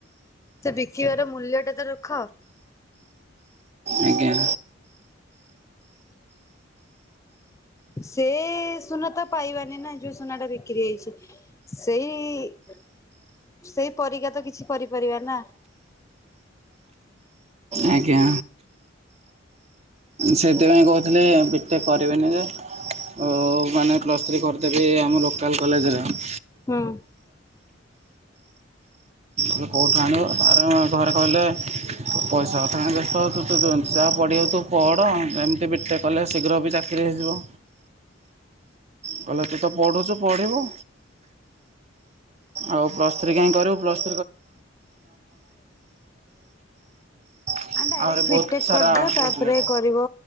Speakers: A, on the left (about 15°); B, on the right (about 35°).
A: ସେ ବିକିବାର ମୂଲ୍ୟ ଟା ତ ରଖ।
B: ଆଜ୍ଞା।
A: ସେ ସୁନା ତ ପାଇବାନି ନା ଯୋଉ ସୁନା ଟା ବିକ୍ରି ହେଇଛି ସେଇ ସେଇ ପରିକା ତ କିଛି କରିପାରିବା ନା।
B: ଆଜ୍ଞା। ସେଥିପାଇଁ କହୁଥିଲେି ବିଟେକ୍ କରିବେିନି ଯେ ଆଉ ମାନେ ପ୍ଲସ୍ ଥ୍ରୀ କରିଦେବି ଆମ ଲୋକ ଲୋକାଲ କଲେଜରେ <unintelligible>
A: ହୁଁ
B: ତେ କେଉଁଠୁ ଆଣିବ ତା ଘରେ କହିଲେ ପଇସା କଥା ତୁ କାଇଁ ବ୍ୟସ୍ତ ହେଉଛୁ ଯାହା ପଢ଼ିବୁ ତୁ ପଢ଼ ଏମିତି ବି ଟେକ୍ କଲେ ଶୀଘ୍ର ବି ଚାକିରି ହେଇଯିବ କହିଲେ ତୁ ତ ପଢ଼ୁଛୁ ପଢ଼ିବୁ ଆଉ ପ୍ଲସ୍ ଥ୍ରୀ କାହିଁ କରିବୁ ପ୍ଲସ୍ <unintelligible>
A: ଡାଇରେକ୍ଟ
B: ବହୁତ
A: ବିଟେକ୍
B: ସାରା
A: କରିଦିଅ
B: ବହୁତ
A: ତାପରେ
B: ଲେଟ୍
A: କରିବ